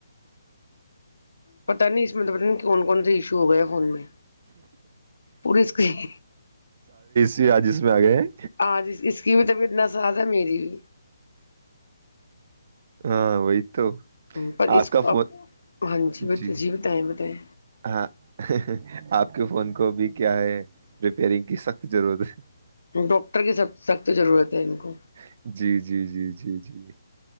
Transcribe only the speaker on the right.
جی آجیش میں آ گئے ہیں
ہاں وئیت تو
آپ
کا فون
جی
ہاں آپ آ کے فون کو بھی کیا ہے ریپیئرنگ کی سخت ضرورت ہے <unintelligible>
ہے جی جی جی جی جی